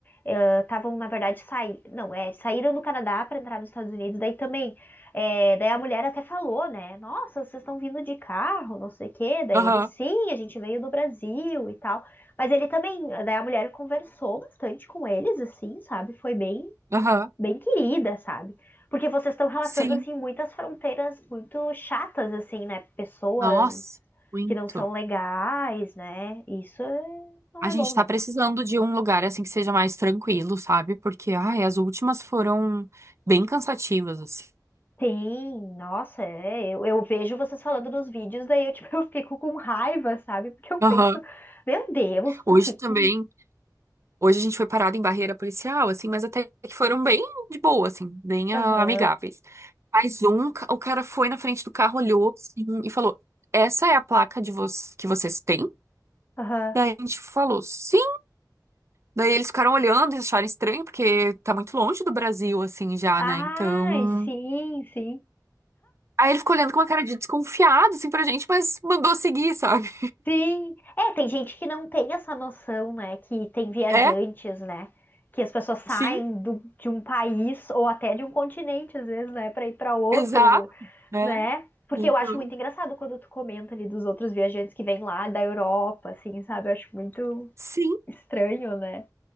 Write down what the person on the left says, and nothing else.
eh, estavam, na verdade, saí, não, é, saíram do Canadá para entrar nos Estados Unidos, daí também, é, daí a mulher até falou, né? Nossa, vocês estão vindo de carro, não sei o quê. Daí
ele, sim, a gente veio do Brasil e tal. Mas ele também, daí a mulher conversou bastante com eles, assim, sabe? Foi bem
bem querida, sabe? Porque vocês estão relatando,
assim, muitas fronteiras muito chatas, assim, né? Pessoas
que não são legais, né? Isso é- não
é
bom, né?
Tem, nossa, é, eu, eu vejo vocês falando nos vídeos, daí eu, tipo, <laughs> eu fico com raiva, sabe? Porque eu penso,
meu Deus, por
que que...
Aham,
aham.
Ai,
sim, sim.
Sim, é, tem gente que não tem essa noção, né? Que tem viajantes,
né? Que as pessoas saem
do- de um país ou até de um continente, às vezes, né? Pra ir pra outro,
né? Porque
eu acho muito engraçado quando tu comenta ali dos outros viajantes que vêm lá da Europa, assim, sabe? Eu acho muito
estranho, né?